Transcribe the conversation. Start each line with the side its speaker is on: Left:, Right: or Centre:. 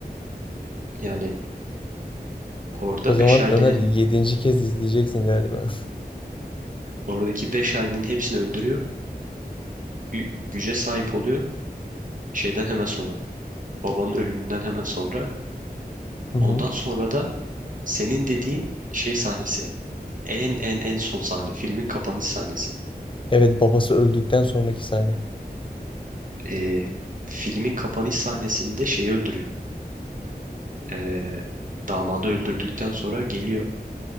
Right: Yani orada
Left: O zaman
Right: beş ailenin
Left: Ömer yedinci kez izleyeceksin galiba.
Right: oradaki beş ailenin hepsini öldürüyor. Gü- Güce sahip oluyor şeyden hemen sonra. Babanın ölümünden hemen sonra.
Left: <laughs> Hı hı.
Right: Ondan sonra da senin dediğin şey sahnesi. En en en son sahne. Filmin kapanış sahnesi.
Left: Evet babası öldükten sonraki sahne.
Right: E, filmin kapanış sahnesinde şeyi öldürüyor. E, damadı öldürdükten sonra geliyor.